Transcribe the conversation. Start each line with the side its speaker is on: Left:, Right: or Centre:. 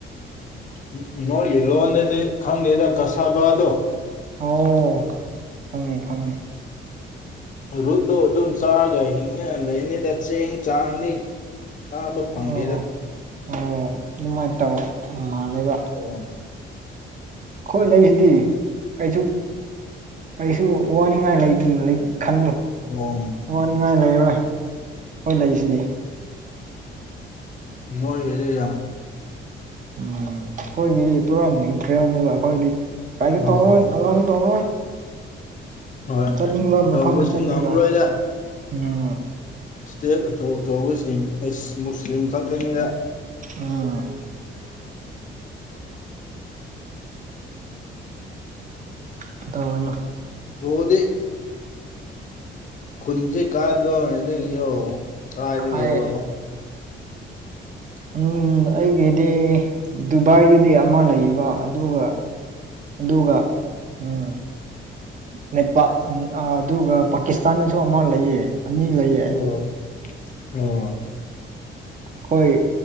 Left: ꯎꯝ ꯅꯣꯏꯒꯤ ꯂꯣꯟꯗꯗꯤ ꯈꯪꯗꯦꯗ ꯀꯁꯥꯕꯗꯣ
Right: ꯑꯣ ꯈꯪꯉꯦ ꯈꯪꯉꯦ
Left: ꯔꯨꯠꯇꯣ ꯑꯗꯨꯝ ꯆꯥꯔꯒ ꯍꯤꯡꯅ ꯂꯩꯅꯤꯗ ꯆꯦꯡ ꯆꯥꯡꯅꯤ ꯇꯥꯕ ꯐꯪꯗꯦꯗ
Right: ꯑꯣ ꯑꯣ ꯑꯗꯨꯃꯥꯏꯅ ꯇꯧ ꯃꯥꯜꯂꯤꯕ
Left: <unintelligible>
Right: ꯑꯩꯈꯣꯏ ꯂꯩꯁꯤꯗꯤ ꯀꯩꯁꯨ ꯀꯩꯁꯨ ꯋꯥꯅꯤꯡꯉꯥꯏ ꯂꯩ ꯂꯩ ꯈꯜꯂꯨ
Left: <unintelligible>
Right: ꯋꯥꯅꯤꯡꯉꯥꯏ ꯂꯩꯔꯔꯣꯏ ꯈ‌ꯣꯏ ꯂꯩꯁꯤꯗꯤ
Left: ꯅꯣꯏꯒꯗꯤ ꯌꯥꯝ
Right: ꯎꯝ ꯑꯩꯈꯣꯏꯒꯤꯗꯤ ꯄꯨꯔꯥ ꯅ꯭ꯌꯨꯇ꯭ꯔꯦꯜꯅꯦꯕ ꯑꯩꯈꯣꯏꯗꯤ ꯀꯥꯏꯁꯨ
Left: ꯑꯣ
Right: ꯇꯧꯔꯣꯏ <unintelligible> ꯁꯨ ꯇꯧꯔꯣꯏ
Left: ꯍꯣꯏ
Right: ꯆꯠꯅꯤꯡꯕ
Left: ꯇꯧꯕꯁꯨ
Right: ꯃꯐꯝꯗ ꯆꯠꯅꯤꯕ
Left: ꯉꯝꯔꯣꯏꯗ
Right: ꯎꯝ
Left: ꯏꯁꯇꯦꯠ ꯑꯆꯧ ꯑꯆꯧꯕꯁꯤꯡ ꯑꯦꯁ ꯃꯨꯁꯂꯤꯝ ꯈꯛꯇꯅꯤꯗ
Right: ꯑꯥ ꯀꯩꯗꯧꯔꯤꯅꯣ
Left: ꯔ‌ꯣꯗꯤ ꯈꯨꯟꯁꯦ ꯀꯥꯥꯏꯗ <unintelligible> ꯀꯥꯏꯗꯒꯤꯔꯣ
Right: ꯍꯥꯏ ꯎꯝ ꯑꯩꯒꯤꯗꯤ ꯗꯨꯕꯥꯏꯗꯗꯤ ꯑꯃ ꯂꯩꯌꯦꯕ ꯑꯗꯨꯒ ꯑꯗꯨꯒ ꯎꯝ ꯅ‌ꯦꯄꯥ ꯑꯥ ꯑꯗꯨꯒ ꯄꯥꯀꯤꯁꯇꯥꯟꯗꯁꯨ ꯑꯃ ꯂꯩꯌꯦ ꯑꯅꯤ ꯂꯩ
Left: ꯑꯣ ꯑꯣ
Right: ꯑꯩꯈꯣꯏ